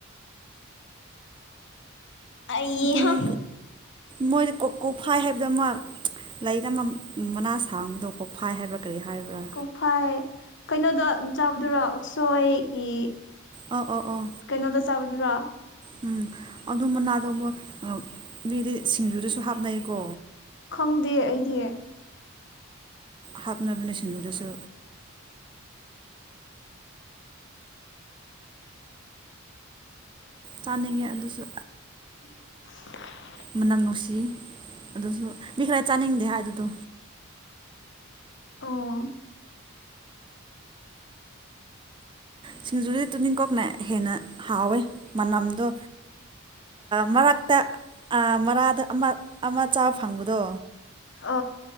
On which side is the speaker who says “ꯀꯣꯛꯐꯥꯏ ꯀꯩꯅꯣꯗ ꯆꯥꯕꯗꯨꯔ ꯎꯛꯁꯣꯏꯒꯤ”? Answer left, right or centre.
Left